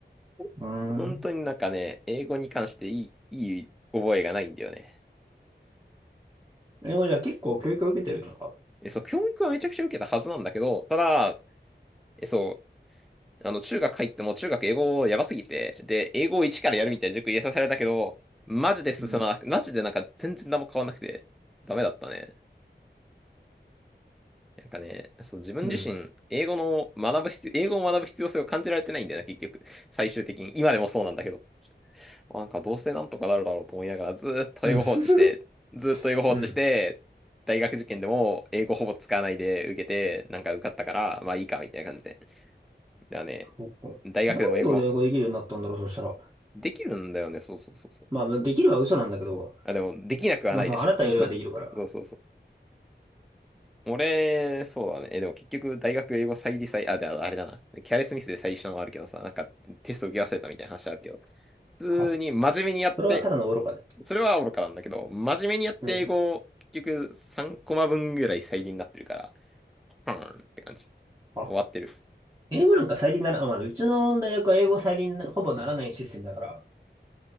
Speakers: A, on the right; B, in the centre.
A: ーん。
B: <laughs> 本当になんかね、英語に関していい、いい覚えがないんだよね。
A: 英語じゃ結構教育を受けてるのか。
B: え、そう、教育はめちゃくちゃ受けたはずなんだけど、ただ、え、そう、あの、中学入っても中学英語やばすぎて、で、英語を一からやるみたいな塾入れさせられたけど、マジで進まなく、
A: うん。
B: マジでなんか全然何も変わんなくて、ダメだったね。なんかね、そう、自分自身、
A: うん。
B: 英語の学ぶ必要、英語を学ぶ必要性を感じられてないんだよな、結局。最終的に。今でもそうなんだけど。なんかどうせなんとかなるだろうと思いながら、ずーっと英語放置して、
A: うん。<laughs>
B: ずーっと英語放置して、
A: うん。
B: 大学受験でも英語ほぼ使わないで受けて、なんか受かったから、まあいいか、みたいな感じで。だからね、
A: そっか。
B: 大学でも英語、
A: なんで俺英語できるようになったんだろう、そしたら。
B: できるんだよね、そうそうそうそう。
A: まあ、できるは嘘なんだけど、
B: あ、でも、できなくはないでしょ。
A: まあ、その、あなたよりはできるから。
B: <laughs> そうそうそう。俺、そうだね。え、でも結局、大学英語再利再、あ、で、ああれだな。キャレスミスで再利したのもあるけどさ、なんか、テスト受け忘れたみたいな話あるけど、普通に真面目にやって、
A: はそれはただの愚かで。
B: それは愚かなんだけど、真面目にやって英語を、
A: うん。
B: 結局、3コマ分ぐらい再利になってるから、うーんって感じ。
A: あ、
B: 終わってる。
A: 英語なんか再利になら、あまあ、うちの大学は英語再利になほぼならないシステムだから、